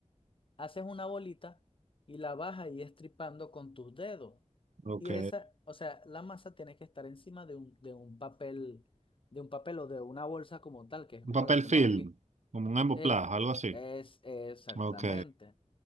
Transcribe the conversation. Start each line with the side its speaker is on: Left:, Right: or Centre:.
Left: Haces una bolita y la vas ahí estripando con tus dedos.
Right: Ok.
Left: Y esa, o sea, la masa tiene que estar encima de un, de un papel, de un papel o de una bolsa como tal, que es
Right: Un
Left: como
Right: papel
Left: la hacemos
Right: film,
Left: aquí.
Right: como un emboplado,
Left: Eh,
Right: algo así.
Left: es exactamente.
Right: Ok.